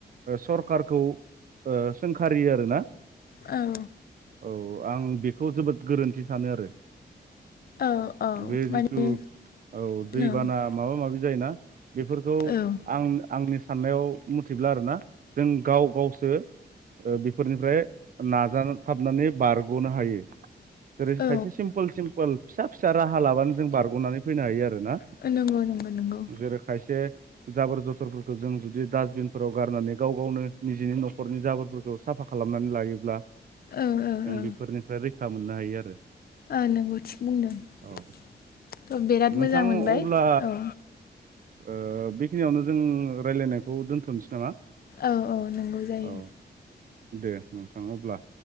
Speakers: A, on the right; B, on the left.
A: सरखारखौ ओ सोंखारि आरो ना
B: औ
A: औ आं बेखौ जोबोद गोरोन्थि सानो आरो।
B: औ औ
A: बे
B: माने
A: जिथु औ दैबाना
B: औ
A: माबा माबि जायोना बेफोरखौ
B: औ
A: आं आंनि साननायाव मथिब्ला आरोना जों गाव गावसो ओ बेफोरनिफ्राय नाजाथाबनानै बारग'नो हायो। जेरै
B: औ
A: खायसे सिम्पोल सिम्पोल फिसा फिसा राहा लाबानो जों बारग'नानै फैनो हायो आरो। ना
B: आरो नंगौ नंगौ नंगौ
A: जेरो खायसे जाबोर जथरफोरखौ जों जुदि डास्टबिनफोराव गारनानै गाव गावनो निजेनि न' न'खरनि जाबोरफोरखौ साफा खालामनानै लायोब्ला जों
B: औ औ औ
A: बेफोरनिफ्राय रै खा मोननो हायो आरो।
B: ओ नोंबो थिग बुंदों
A: औ
B: बिराद
A: नोंथां
B: मोजां मोनबाय
A: अब्ला
B: औ।
A: ओ बेखिनियावनो जों रायलायनायखौ दोन्थ'नोसै नामा?
B: औ औ नंगौ जायो
A: औ दे नोंथां अब्ला